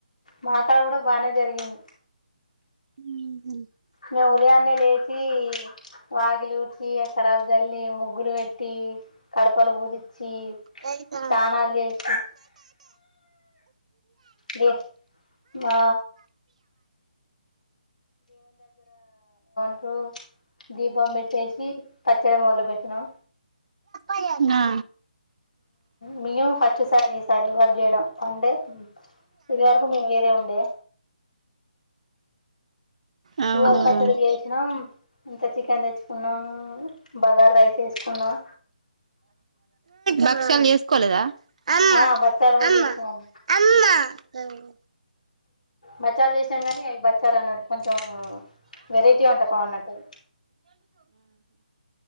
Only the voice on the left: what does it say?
మాక్కడ కూడా బానే జరిగింది
మేము ఉదయాన్నే లేచి వగిలి ఉటి అక్కరావల్లి ముగ్గుడు పెట్టి కడపలు పూదిచ్చి
స్నానాలు చేసి దే మా ఓ దీపం పెట్టేసి పచ్చడి మొదలు పెట్టినాం
మ ఫస్ సారి సరే వ చేయడం అంటే ఇది వరకు మేము వేరే ఉండే
కూ
పచ్చడి చేసినాం ఇంత చికెన్ తెచ్చు కున్నాం బగార్ రైస్ వేసుకున్నాం
ఆ బచ్చాలు కూడా
చేసినాం
బచ్చాలు చేసినాం కానీ అవి బచ్చాలు అన్నారు కొంచెం వెరైటీ వంటకం అన్నట్టు అది